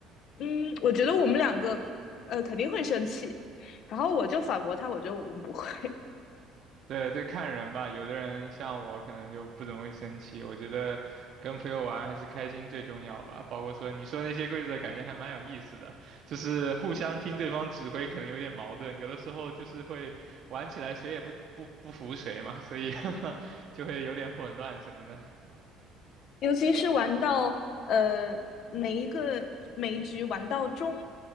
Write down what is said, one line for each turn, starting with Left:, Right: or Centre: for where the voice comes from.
Left: 嗯，我觉得我们两个呃肯定会生气。然后我就反驳他，我觉得我们不会。
Right: 对，对，看人吧，有的人像我可能就不怎么会生气。我觉得跟朋友玩还是开心最重要吧。包括说你说那些规则，感觉还蛮有意思的，就是互相听对方指挥，可能有点矛盾。有的时候就是会玩起来谁也不不不服谁嘛，所以 <laughs> 就会有点混乱什么的。
Left: 尤其是玩到呃每一个每一局玩到中